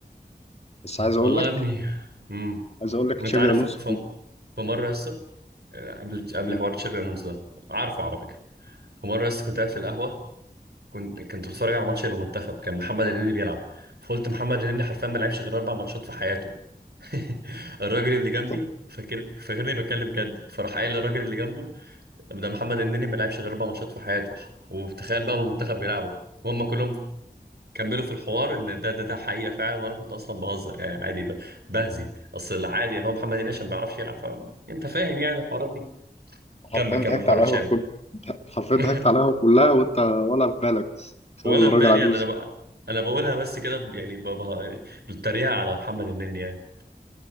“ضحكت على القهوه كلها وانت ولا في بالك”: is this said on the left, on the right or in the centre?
Left